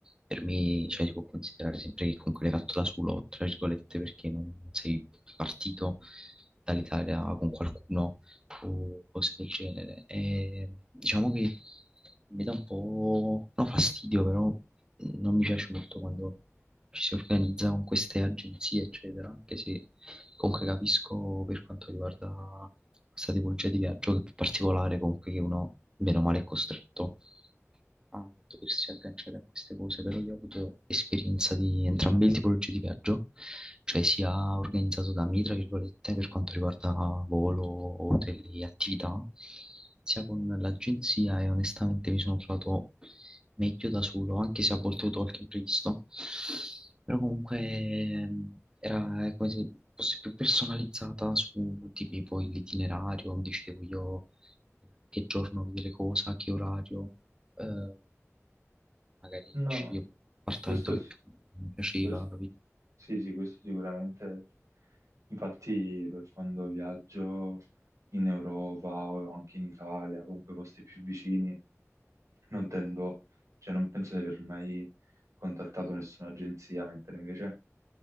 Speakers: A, on the right (about 15°); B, on the right (about 85°).
A: per me, cioè, si può considerare sempre che comunque l'hai fatto da solo, tra virgolette, perché non non sei partito dall'Italia con qualcuno o cose del genere. E diciamo che mi dà un po', no, fastidio, però non mi piace molto quando ci si organizza con queste agenzie, eccetera, anche se comunque capisco per quanto riguarda questa tipologia di viaggio che è più particolare, comunque che uno, meno male, è costretto a doversi agganciare a queste cose, però io ho avuto esperienza di entrambe le tipologie di viaggio, cioè sia organizzato da me, tra virgolette, per quanto riguarda volo, hotel e attività, sia con l'agenzia e onestamente mi sono trovato meglio da solo, anche se a volte ho avuto qualche imprevisto, però comunque ehm, era come se fosse più personalizzata su di me, poi l'itinerario, mi dicevo io che giorno vedere cosa, che orario, eh, magari
B: No,
A: sceglievo un appartamento
B: questo
A: che
B: sì,
A: più mi piaceva,
B: questo-
A: capito?
B: sì, sì, questo sicuramente. Infatti, per quando viaggio in Europa o anche in Italia, comunque posti più vicini, non tendo, cioè non penso di aver mai contattato nessuna agenzia, mentre invece